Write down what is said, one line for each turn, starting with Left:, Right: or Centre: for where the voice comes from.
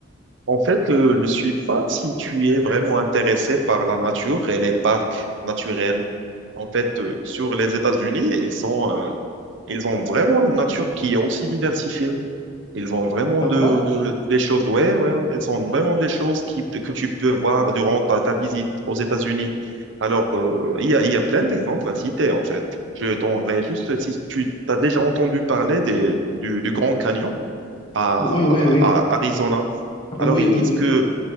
Right: En fait, euh, je suis pas si tu es vraiment intéressé par la nature et les parcs naturels. en fait, euh, sur les États-Unis, et ils sont, euh, ils ont vraiment une nature qui est aussi diversifiée. Ils ont vraiment
Left: Ah
Right: de,
Left: bon?
Right: de- des choses, ouais, ouais, ouais, ils sont vraiment des choses qui, que tu peux voir durant ta, ta visite aux États-Unis. Alors, euh, il y a, il y a plein d'exemples à citer, en fait. Je t'enverrai juste si tu as déjà entendu parler des, du, du Grand Canyon à,
Left: Oui, oui, oui.
Right: à Arizona. Alors,
Left: Oui,
Right: ils
Left: oui,
Right: disent
Left: oui.
Right: que